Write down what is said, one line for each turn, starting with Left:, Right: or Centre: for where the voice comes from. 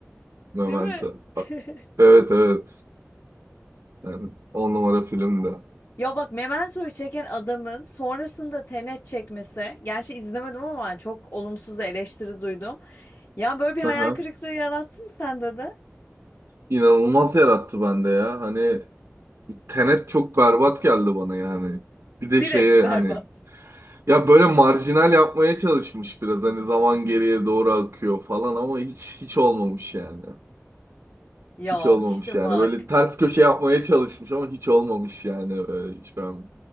Left: <laughs>
Right: Memento.
Left: Değil mi? <laughs>
Right: A- Evet evet. Yani on numara filmdi.
Left: Ya bak Memento'yu çeken adamın sonrasında Tenet çekmesi, gerçi izlemedim ama çok olumsuz eleştiri duydum. Ya böyle bir
Right: Hı
Left: hayal
Right: hı.
Left: kırıklığı yarattı mı sende de?
Right: İnanılmaz yarattı bende ya. Hani Tenet çok berbat geldi bana yani. Bir de
Left: Direkt
Right: şeye
Left: berbat.
Right: hani Ya böyle marjinal yapmaya çalışmış biraz hani zaman geriye doğru akıyor falan ama hiç hiç olmamış yani.
Left: Ya
Right: Hiç olmamış
Left: işte
Right: yani.
Left: bak.
Right: Böyle ters köşe yapmaya çalışmış ama hiç olmamış yani. Böyle hiç ben.